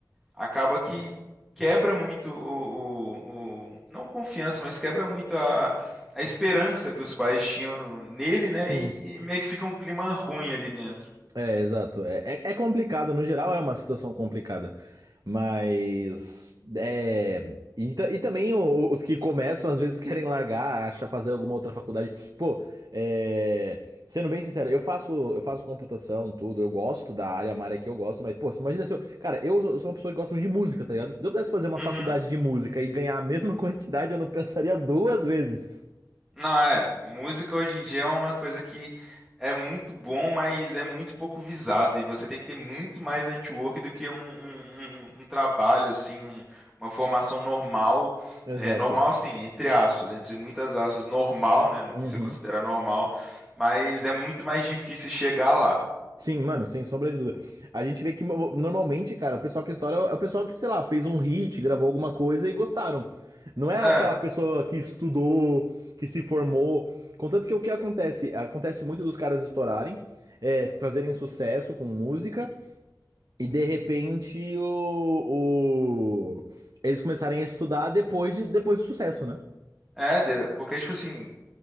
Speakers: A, in the centre; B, on the right.
A: acaba que quebra muito o, o- o- não confiança, mas quebra muito a, a esperança que os pais tinham no- nele,
B: Sim.
A: né? E, e meio que fica um clima ruim ali dentro.
B: É, exato. É, é, é complicado, no geral é uma situação complicada. Mas. É, e, ta- e também o- o- os que começam às vezes querem largar, acha fazer alguma outra faculdade. Pô, é, sendo bem sincero, eu faço, eu faço computação, tudo, eu gosto da área, é uma área que eu gosto, mas, pô, imagina se eu. Cara, eu sou uma pessoa que gosta muito de música, tá ligado? Se eu pudesse fazer uma
A: Uhum.
B: faculdade de música e ganhar a mesma <laughs> quantidade, eu não pensaria duas vezes.
A: Não, é. Música hoje em dia é uma coisa que é muito bom, mas é muito pouco visado. E você tem que ter muito mais network do que um, um- um- um trabalho, assim, um- uma formação normal.
B: Exato.
A: É, normal, assim, entre aspas, entre muitas aspas, normal, né? No
B: Uhum.
A: que você considera normal. Mas é muito mais difícil chegar lá.
B: Sim, mano, sem sombra de dúvida. A gente vê que mo- normalmente, cara, o pessoal que estoura é o pessoal que, sei lá, fez um hit, gravou alguma coisa e gostaram. Não é aquela
A: É,
B: pessoa que estudou, que se formou. Contanto que o que acontece? Acontece muito dos caras estourarem, é, fazerem sucesso com música e de repente o, o- eles começarem a estudar depois, de, depois do sucesso, né?
A: é, de- porque, tipo assim.